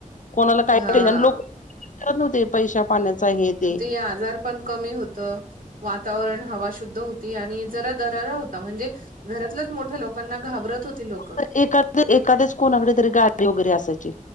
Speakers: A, on the left; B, on the right.
A: कोणाला काय
B: हा
A: लोकत नव्हते, पैशा पाण्याच हे ते.
B: हे आजार. पण कमी होत वातावरण हवा शुद्ध होती आणि जरा दरारा होता म्हणजे घरातल्याच मोठ्या लोकांना घाबरत होती लोक.
A: तर एखाद एखाद्याच कोणाकडे तरी गाडी वगैरे असायची